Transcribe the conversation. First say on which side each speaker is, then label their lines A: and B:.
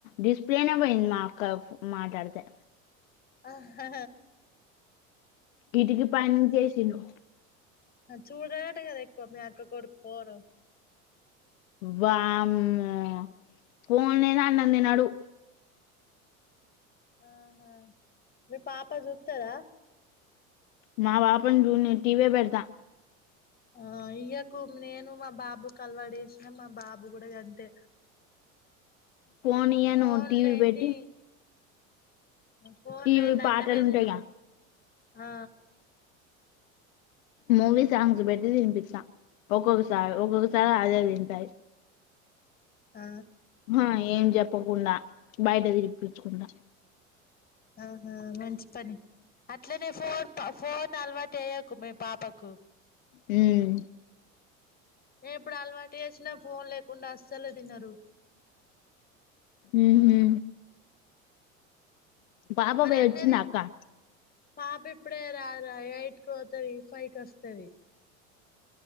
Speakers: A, on the left (about 75°); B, on the left (about 20°).
A: డిస్ప్లేనే పోయింది మాకు మాట్లాడితే
B: ఆా
A: కిటికి పై నుంచి వేసిండు
B: చూడగాటగదే పో మీ అక్క కొడుకు ఫోను
A: వామ్మో ఫోన్ లేనిదే అన్నం తినడు
B: ఆహా మీ పాప చూత్తాదా
A: మా పాపను జూడనీయను టీవీ యే పెడ్తా
B: ఆ ఇయ్యకు నేను మా బాబుకు అలవాటు చేసినం మా బాబు కూడా గంతే
A: ఫోన్ ఇయ్యను
B: ఫోన్
A: టీవి
B: లేంది
A: పెట్టి
B: ఫోన్
A: టీవీ
B: లేనిదే అన్నమే
A: పాటలు ఉంటాయిగా
B: తినడు ఆ
A: మూవీ సాంగ్స్ బెట్టి తినిపిత్తా ఒక్కొక్కసారి ఒక్కొక్కసారి ఆళ్ళే తింటాయి
B: ఆ
A: హా ఏం చెప్ తప్పకుండా బయట తిరిప్పించుకుండా
B: ఆహా మంచి పని అట్లానే ఫోన్ <unintelligible> ఫోన్ అలవాటేయకు మీ పాపకు
A: హ్మ్
B: ఇప్పుడు అలవాటు చేసినా ఫోన్ లేకుండా అస్సలు తినరు
A: ఊహూ పాప
B: మరి
A: బోయి
B: అన్నది
A: వచ్చిందా అక్కా
B: పాప ఇప్పుడే రాదా ఎయిట్కి పోతది ఫైవ్ కి వస్తది.